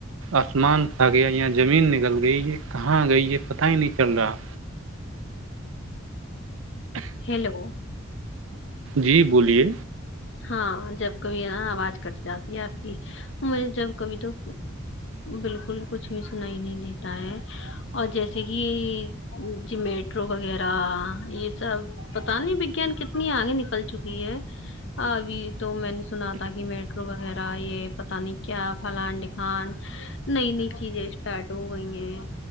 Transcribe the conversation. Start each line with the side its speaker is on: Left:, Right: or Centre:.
Right: آسمان کھا گیا یا زمین نگل گئی یہ کہاں گئی یہ پتا ہی نہیں چل رہا
Left: ہیلو
Right: جی بولیے
Left: ہاں جب کبھی ہے نا آواز کٹ جاتی ہے آپ کی مجھے جب کبھی تو بالکل کچھ بھی سنائی نہیں دیتا ہے اور جیسے کہ جو میٹرو وغیرہ یہ سب پتا نہیں وگیان کتنی آگے نکل چکی ہے ہاں ابھی تو میں نے سنا تھا کہ میٹرو وغیرہ یہ پتانی کیا فلان ڈھمکان نئی نئی چیزیں اسٹارٹ ہو گئی ہیں